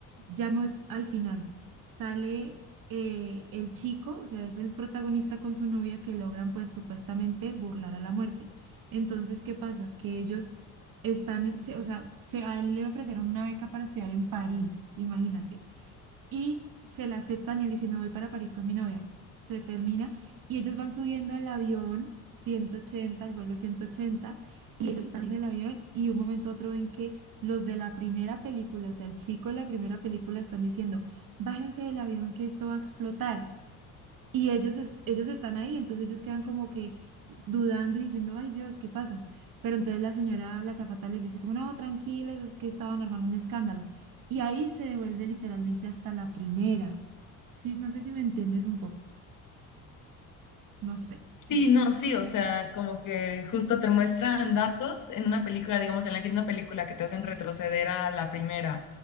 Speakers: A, on the right; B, on the left.
A: ya me voy al final. Sale eh, el chico, o sea, es el protagonista con su novia que logran pues supuestamente burlar a la muerte. Entonces, ¿qué pasa? Que ellos están, se- o sea, se, a él le ofrecieron una beca para estudiar en París, imagínate y se la aceptan y él dice, me voy para París con mi novia. Se termina y ellos van subiendo al avión 180 al vuelo 180 y ellos están en el avión y de un momento a otro ven que los de la primera película, o sea, el chico de la primera película están diciendo, bájense del avión que esto va a explotar. Y ellos, es- ellos están ahí, entonces ellos quedan como que dudando y diciendo, ay Dios, ¿qué pasa? Pero entonces la señora, la azafata les dice como, no, tranquilos, es que estaban armando un escándalo. Y ahí se devuelve literalmente hasta la primera. Sí, no sé si me entiendes un poco, no sé,
B: Sí,
A: que...
B: no, sí, o sea, como que justo te muestran datos en una película, digamos, en la quinta película que te hacen retroceder a la primera.